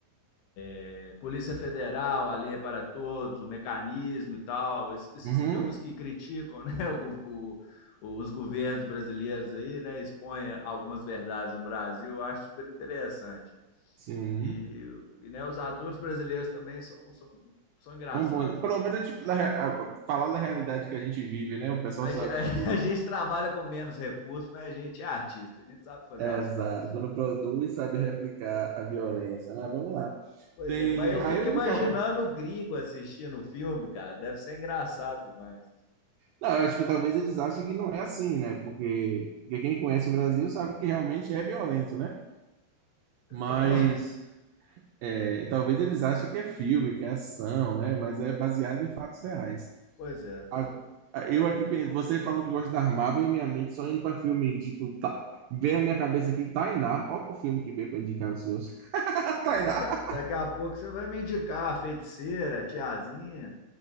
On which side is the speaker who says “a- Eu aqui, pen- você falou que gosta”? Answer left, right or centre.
Right